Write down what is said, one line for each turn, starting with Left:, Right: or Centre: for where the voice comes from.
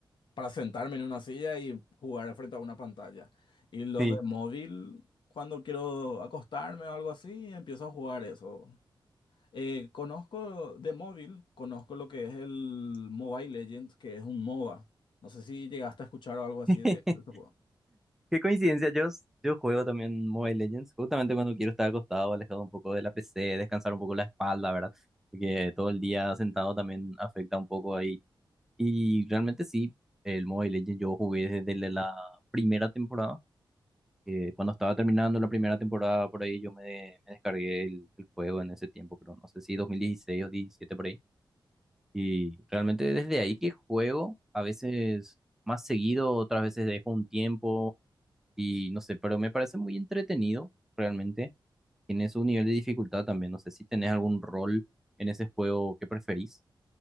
Left: para sentarme en una silla y jugar frente a una pantalla. Y los
Centre: Sí.
Left: de móvil, cuando quiero acostarme o algo así, empiezo a jugar eso. Eh, conozco de móvil, conozco lo que es el Mobile Legends, que es un MOBA. No sé si llegaste a escuchar o algo así
Centre: <laughs>
Left: de, de este juego.
Centre: Qué coincidencia, yo, s- yo juego también Mobile Legends, justamente cuando quiero estar acostado, alejado un poco de la PC, descansar un poco la espalda, ¿verdad? Porque todo el día sentado también afecta un poco ahí. Y realmente sí, el Mobile Legends yo jugué desde la la primera temporada. eh, cuando estaba terminando la primera temporada, por ahí yo me, me descargué el, el juego en ese tiempo, pero no sé si 2016 o 17 por ahí. Y realmente desde ahí que juego, a veces más seguido, otras veces dejo un tiempo. Y no sé, pero me parece muy entretenido, realmente. Tiene su nivel de dificultad también. No sé si tenés algún rol en ese juego que preferís.